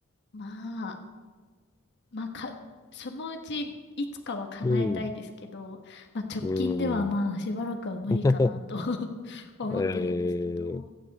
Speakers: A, on the left (about 55°); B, on the left (about 15°).
A: まあ、まあ、か、そのうちいつかは叶えたいですけど、
B: うん。
A: まあ、直近ではまあ、
B: うん。
A: しばらくは無理かなと
B: <laughs>
A: <laughs> 思ってるんですけど。
B: ええ